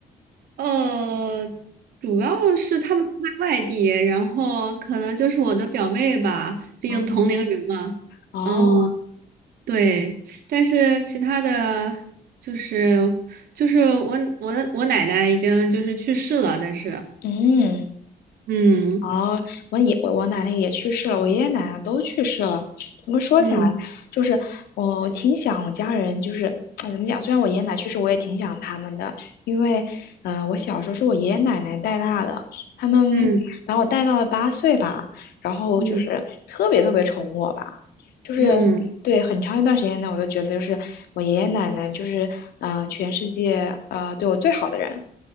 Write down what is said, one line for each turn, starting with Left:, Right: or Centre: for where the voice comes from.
Right: 呃，主要是他们都在外地，然后可能就是我的表妹吧，毕竟同龄人嘛。
Left: 啊哦，
Right: 嗯，
Left: 哦
Right: 对，但是其他的就是就是我我的我奶奶已经就是去世了，但是
Left: 嗯。
Right: 嗯
Left: 哦，我爷我我奶奶也去世了，我爷爷奶奶都去世了。我么说起来，
Right: 嗯
Left: 就是我挺想我家人，就是哎怎么讲？虽然我爷爷奶奶去世，我也挺想他们的，因为嗯、呃我小时候是我爷爷奶奶带大的，他们把我带到了八岁吧，
Right: 嗯
Left: 然后就是特别特别宠我吧，
Right: 嗯
Left: 就是对很长一段时间呢，
Right: 嗯
Left: 我都觉得就是我爷爷奶奶就是嗯、呃全世界啊对我最好的人。